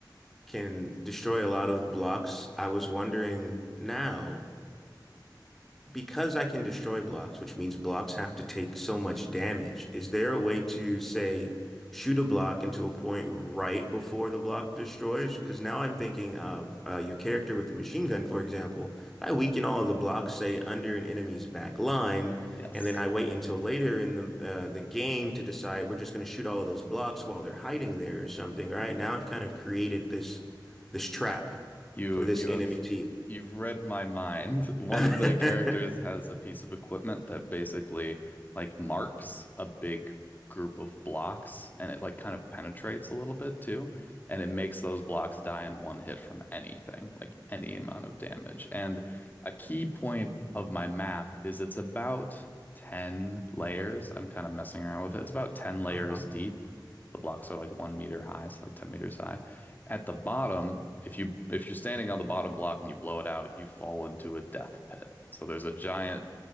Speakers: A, in the centre; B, on the left.
A: can destroy a lot of blocks, I was wondering now. Because I can destroy blocks, which means blocks have to take so much damage, is there a way to say shoot a block into a point right before the block destroys? Because now I'm thinking of uh, your character with the machine gun, for example. If I weaken all of the blocks, say under an enemy's back line,
B: yes.
A: and then I wait until later in the uh, the game to decide we're just going to shoot all of those blocks while they're hiding there or something, right? Now I've kind of created this this trap
B: You
A: for this
B: you
A: enemy
B: have
A: team.
B: you've read my mind. <laughs> One
A: <laughs>
B: of the characters has a piece of equipment that basically like marks a big group of blocks and it like kind of penetrates a little bit too. And it makes those blocks die in one hit from anything, like any amount of damage. And a key point of my map is it's about 10 layers. I'm kind of messing around with it. It's about 10 layers
A: Uh-huh.
B: deep the blocks are like one meter high, so like 10 meters high. At the bottom, if you if you're standing on the bottom block and you blow it out, you fall into a death pit. So there's a giant